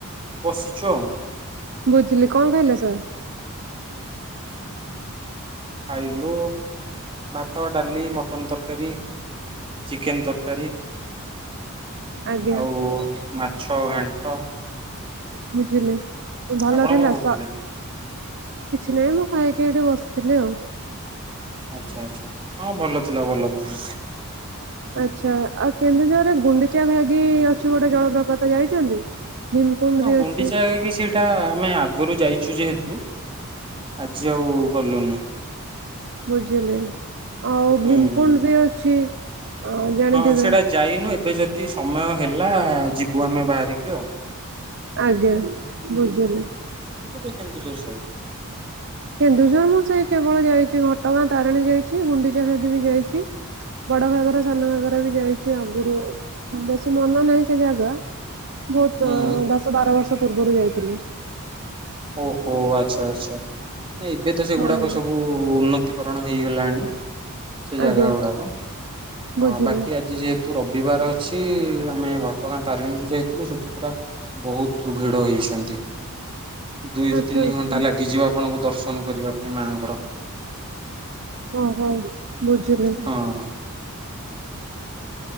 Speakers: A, on the right; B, on the right.
A: ବସିଛୁ ଆଉ।
B: ବୁଝିଲି କଣ ଖାଇଲେ ସାର୍।
A: ଖାଇଲୁ ଭାତ ଡାଲି ମଟନ୍ ତରକାରୀ। ଚିକେନ୍ ତରକାରୀ।
B: ଆଜ୍ଞା
A: ଆଉ ମାଛ ଘାଣ୍ଟ।
B: ବୁଝିଲେ ଭଲ
A: ଆପଣ
B: ଥିଲା
A: କଣ କରୁଥିଲେ?
B: ସ୍ୱା କିଛି ନାହିଁ ମୁଁ ଖାଇକି ଏଠେ ବସିଥିଲି ଆଉ।
A: ଆଚ୍ଛା ଆଛା ହଁ ଭଲ ଥିଲା ଭଲ ଥିଲା।
B: ଆଚ୍ଛା ଆଉ କେନ୍ଦୁଝରରେ ଗୁଣ୍ଡିଚା ଘାଗି ଅଛି ଗୋଟେ ଜଳପ୍ରପାତ ଯାଇଛନ୍ତି? ଭୀମକୁଣ୍ଡ
A: ହଁ
B: ବି
A: ଗୁଣ୍ଡିଚାଗାଗି
B: ଅଛି
A: କି ସେଇଟା ଆମେ ଆଗରୁ ଯାଇଛୁ ଯେହେତୁ ଆଜି ଆଉ ଗଲୁନି।
B: ବୁଝିଲେ ଆଉ
A: ହୁଁ।
B: ଭୀମକୁଣ୍ଡ ବି ଅଛି। ଅ ଜାଣିଥିବେ
A: ହଁ ସେଟା ଯାଇନୁ ଏବେ ଯଦି ଯଦି ସମୟ ହେଲା ଯିବୁ ଆମେ ବାହାରିକି ଆଉ।
B: ଆଜ୍ଞା ବୁଝିଲି।
A: କେ କେନ୍ଦୁଝର ସା
B: ହିନ୍ଦୁ ଧର୍ମ ସେଇ କେବଳ ଯାଇଛି ଘଟଗାଁ ତାରିଣୀ ଯାଇଛି ଗୁଣ୍ଡିଚା ଘାଗି ବି ଯାଇଛି। ବଡ ଘାଗରା, ସାନ ଘାଗରା ବି ଯାଇଛି ଆଗରୁ ବେଶୀ ମନ ନାହିଁ ସେ ଜାଗା ବହୁତ
A: ହୁଁ
B: ଦ-ଦଶ ବାର ବର୍ଷ ପୂର୍ବରୁ ଯାଇଥିଲି।
A: ଓହୋ ଆଚ୍ଛା ଆଚ୍ଛା ଏବେ ତ ସେଗୁଡାକ
B: ହଁ
A: ସବୁ ଉନ୍ନତି କରଣ ହେଇଗଲାଣି ସେ ଜାଗା
B: ଆଜ୍ଞା
A: ଗୁଡାକ
B: ବୁଝିଲି
A: ହଁ ବାକି ଆଜି ଯେ ତୁ ରବିବାର ଅଛି ଆମେ ଘଟଗାଁ ତାରିଣୀରୁ ଯାଇଥିଲୁ ସେଠୁ ପୁରା ବହୁତ ଭିଡ ହେଇଛି। ଛନ୍ତି। ଦୁଇରୁ
B: ଆଚ୍ଛା
A: ତିନି
B: ଆଚ୍ଛା।
A: ଘଣ୍ଟା ଲାଗିଯିବ ଆପଣଙ୍କୁ ଦର୍ଶନ କରିବା ପାଇଁ ମାଆଙ୍କର।
B: ହଅ ହୋ ବୁଝିଲି।
A: ହଁ।